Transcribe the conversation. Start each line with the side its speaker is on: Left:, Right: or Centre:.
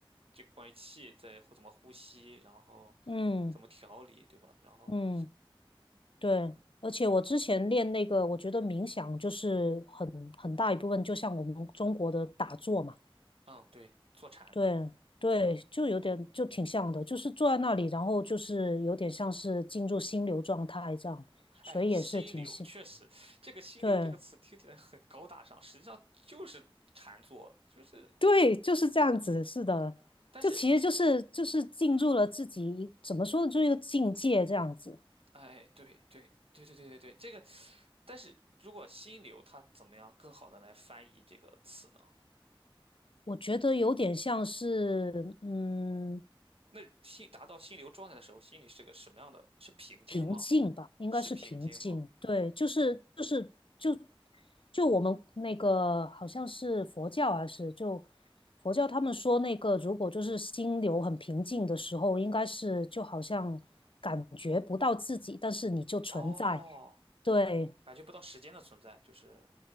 Right: 这个关于气在呼怎么呼吸，然后
Left: 嗯嗯。
Right: 怎么调理，
Left: 嗯嗯
Right: 对吧？然后，
Left: 嗯
Right: 嗯
Left: 对，而且我之前练那个，我觉得冥想就是很很大一部分，就像我们中国的打坐嘛，
Right: 嗯，对，坐禅，
Left: 对对，就有点就挺像的，就是坐在那里，然后就是有点像是进入心流状态这样，所以也是挺像，
Right: 哎，心流确实，这个心流这个词听起来很高大上，
Left: 对
Right: 实际上就是禅坐，就是，
Left: 对，就是这样子，是的，
Right: 但是，
Left: 就其实就是就是进入了自己一怎么说呢，就是一个境界这样子，
Right: 哎，对对对对对对对，这个。但是如果心流，它怎么样更好的来翻译这个词呢？
Left: 我觉得有点像是嗯。
Right: 那心达到心流状态的时候，心里是个什么样的？是平静吗？
Left: 平静吧，应该是平静。
Right: 是平静吗？
Left: 对，就是就是就就我们那个好像是佛教还是就佛教，他们说那个如果就是心流很平静的时候，应该是就好像感觉不到自己，但是你就存在。
Right: 哦，
Left: 对，
Right: 感觉不到时间的存在，就是，